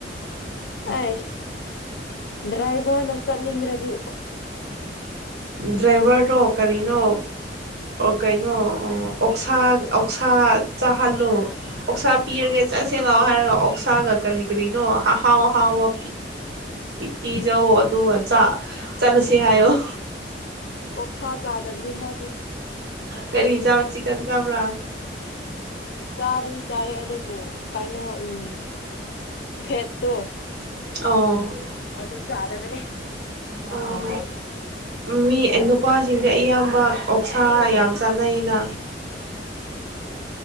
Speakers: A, on the left (about 65°); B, on the right (about 60°).
A: ꯑ ꯗ꯭ꯔꯥꯏ ꯕꯅꯁ ꯅꯤꯡ꯭ꯔꯗꯤ
B: ꯗ꯭ꯔꯥꯏꯕꯔ ꯇ ꯀꯔꯤ ꯀꯩꯅꯣ ꯀꯩꯅꯣ ꯑꯣꯛꯁꯥ ꯑꯣꯛꯁꯥ ꯆꯥꯍꯜꯂꯣ ꯑꯣꯛꯁꯥ ꯄꯤꯔꯒꯦ ꯆꯠꯁꯦꯂꯑꯣ ꯍꯥꯏꯔꯒ ꯑꯣꯛꯁꯥꯒ ꯀꯔꯤ ꯀꯔꯤꯅꯣ ꯑꯍꯥꯎ ꯑꯍꯥꯎꯕ ꯄꯤꯖꯧ ꯑꯗꯨꯒ ꯆꯠꯂ ꯁꯤ ꯑꯣ
A: ꯑꯣꯛꯁꯥ ꯆꯥꯗꯕꯅꯤ ꯃꯥꯗꯤ
B: ꯀꯔꯤ ꯆꯥꯕ ꯆꯤꯀꯟ ꯆꯕ꯭ꯔꯥ
A: ꯇꯕ ꯆꯥꯏ ꯑꯗꯨꯕꯨ ꯀꯥꯏꯅꯣ ꯎꯝ ꯐꯦꯠ ꯠꯇꯣ
B: ꯑꯣ
A: ꯑꯗꯨ ꯆꯔꯗꯅꯤ
B: ꯑꯣ ꯃꯤ ꯅꯨꯄꯥꯁꯤꯡꯗ ꯑꯌꯥꯝꯕ ꯑꯣꯛꯁꯥ ꯌꯥꯝ ꯆꯥꯅꯩꯅ